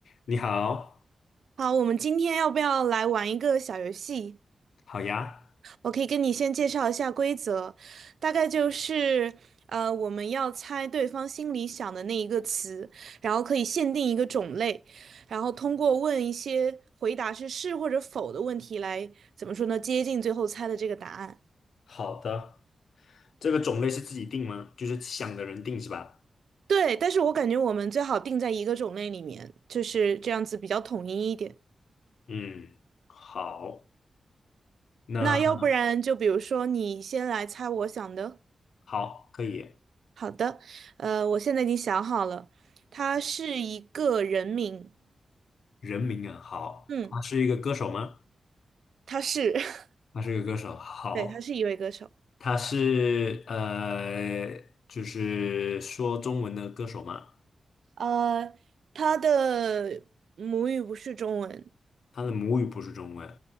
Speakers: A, on the left; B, on the right.
A: 你好，
B: 好，我们今天要不要来玩一个小游戏？
A: 好呀，
B: 我可以跟你先介绍一下规则，大概就是，呃，我们要猜对方心里想的那一个词，然后可以限定一个种类，然后通过问一些回答是是或者否的问题来，怎么说呢，接近最后猜的这个答案。
A: 好的，这个种类是自己定吗？就是想的人定是吧？
B: 对，但是我感觉我们最好定在一个种类里面，就是这样子比较统一一点。
A: 嗯，好，那
B: 那要不然就比如说你先来猜我想的。
A: 好，可以。
B: 好的，呃，我现在已经想好了，他是一个人名，
A: 人名啊，好，
B: 嗯，
A: 他是一个歌手吗？
B: 他是，<laughs>
A: 他是一个歌手，好，
B: 对，他是一位歌手，
A: 他是呃，就是说中文的歌手吗？
B: 呃，他的母语不是中文，
A: 他的母语不是中文，